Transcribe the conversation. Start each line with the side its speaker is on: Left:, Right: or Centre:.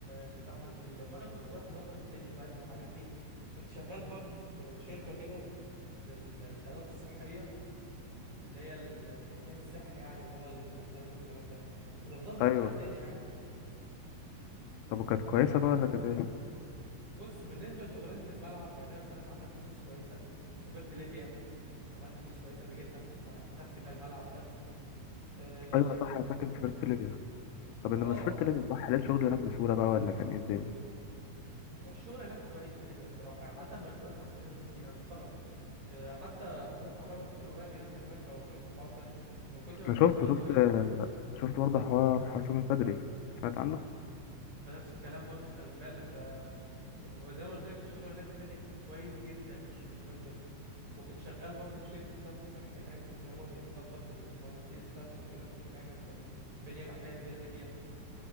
Right: البتاع مسدوده فانا كنت بروح اظبط الدنيا فاهم الحاجات دي كنت شغال برضو في في شركه كده لل- للادوات الصحيه اللي هي التصليح الصحي يعني اللي هو الخزانات والكلام ده كنت بظبط
Left: ايوه
Right: فيها الدنيا يعني
Left: طب وكانت كويسة بقى ولا كانت ايه
Right: بص بالنسبه لشغلانه الملعب يعني انا بصراحه عملت فلوس كويسه وسافرت ليبيا عملت فلوس كويسه اللي جيت لف- ف- فتحت بيها الملعب ده اه
Left: ايوه صح انا فاكر إنت سافرت ليبيا طب لما
Right: آه،
Left: سافرت ليبيا صح لقيت شغل هناك بسهولة بقى ولا كان ايه الدنيا
Right: الشغل هناك كويس في ليبيا بصراحة يعني حتى مرتبات أحسن من هنا بكتير أنا مستغرب آه، حتى محمود كهربا سافر قريب هناك خلي بالك لو شفت الحوار ده من كتر ما المرتبات
Left: انا شفت شفت
Right: كويسة
Left: شفت برضه حوار حسام البدري سمعت عنه
Right: بنفس الكلام برضو خلي بالك ده زي ما قلت لك الشغل هناك في ليبيا كو- كويس جدا مش مش كويس بس وكنت شغال برضو في شركة صرف صحي هناك اللي هما بنظبط المواسير الصرف وكده عشان بنعمل بنية تحتية جديدة لليبيا